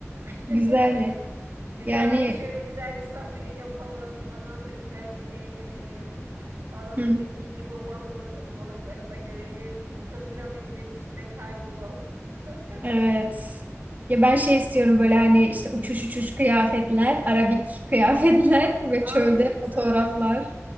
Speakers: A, on the right (about 55°); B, on the right (about 35°).
A: <laughs>
B: Güzel.
A: Güzel
B: Yani
A: bir şöyle güzel bir safari yapalım. Ondan sonra güzelce eğlenelim. Ondan sonra
B: hı hı,
A: dediğin gibi balıkla da- balıkları da görelim. Mısır piramitlerinin içinde kaybolalım. <laughs>
B: evet. Ya ben şey istiyorum böyle hani işte uçuş uçuş kıyafetler, arabik kıyafetler <laughs> ve çölde
A: Ay
B: fotoğraflar.
A: sa-